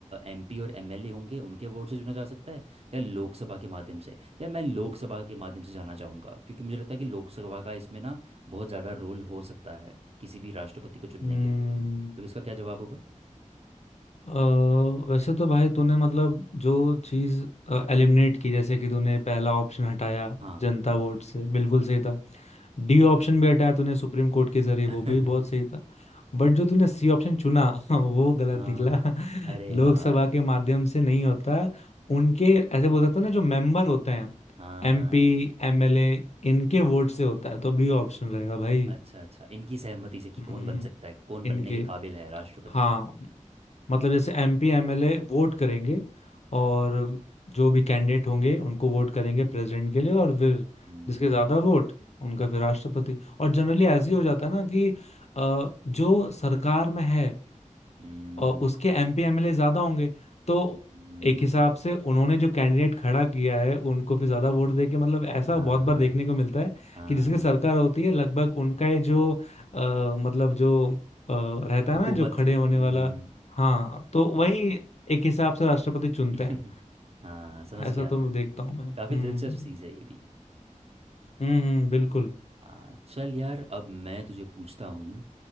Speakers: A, on the right (about 50°); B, on the left (about 55°).
A: एमपी और एमएलए होंगे उनके वोट से चुना जा सकता है या लोकसभा के माध्यम से या मैं लोकसभा के माध्यम से जाना चाहूँगा क्योंकि मुझे लगता है कि लोकसभा का इसमें ना बहुत ज़्यादा रोल हो सकता है किसी भी राष्ट्रपति को चुनने
B: हम्म
A: के लिए तो इसका क्या जवाब होगा
B: अ, वैसे तो भाई तूने मतलब जो चीज एलिमिनेट की जैसे कि तूने पहला ऑप्शन हटाया
A: हाँ
B: जनता वोट से बिल्कुल सही था डी ऑप्शन भी हटाया तूने सुप्रीम कोर्ट के जरिए
A: <laughs>
B: वो भी बहुत सही था बट जो तूने सी ऑप्शन चुना <laughs> वो गलत
A: हाँ
B: निकला <laughs>
A: अरे
B: लोकसभा
A: यार
B: के माध्यम से नहीं होता उनके ऐसे बोल सकते हैं ना जो मेंबर होते हैं
A: हाँ
B: एमपी एमएलए इनके वोट से होता है तो बी ऑप्शन रहेगा भाई
A: अच्छा अच्छा इनकी सहमति से कि
B: हम्म
A: कौन बन सकता है कौन बनने
B: इनके
A: के काबिल है राष्ट्रपति
B: हाँ मतलब जैसे एमपी एमएलए वोट करेंगे और जो भी कैंडिडेट होंगे उनको वोट करेंगे प्रेसिडेंट के लिए और फिर
A: हम्म
B: जिसके ज्यादा वोट उनका फिर राष्ट्रपति और जनरली ऐसे ही हो जाता है ना कि अ, जो सरकार में है
A: हम्म
B: और उसके एमपी एमएलए ज्यादा होंगे तो
A: हम्म,
B: एक हिसाब से उन्होंने जो कैंडिडेट खड़ा किया है उनको फिर ज्यादा वोट दे के मतलब ऐसा
A: हाँ
B: बहुत बार देखने को मिलता है
A: हाँ
B: कि जिसकी सरकार होती है लगभग उनका ये जो अ, मतलब जो अ, रहता
A: हुकूमत
B: है ना जो खड़े होने
A: हम्म
B: वाला हाँ तो वही एक हिसाब से राष्ट्रपति चुनते
A: <laughs>
B: हैं
A: हाँ समझ
B: ऐसा
A: गया
B: तो
A: मैं
B: मैं देखता हूँ मैं हम्म
A: काफ़ी दिलचस्प चीज़ है ये भी
B: हम्म हम्म, बिल्कुल
A: आ, चल यार अब मैं तुझे पूछता हूँ